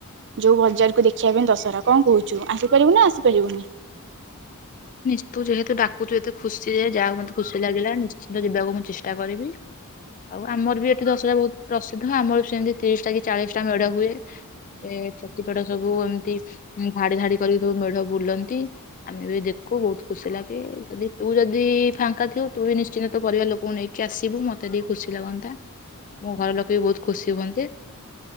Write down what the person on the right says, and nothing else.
ଯୋଉ ବଜାର କୁ ଦେଖିବା ପାଇଁ ଦଶହରା କଣ କହୁଚୁ ଆସିପାରିବୁ ନା ଆସିପାରିବୁନି?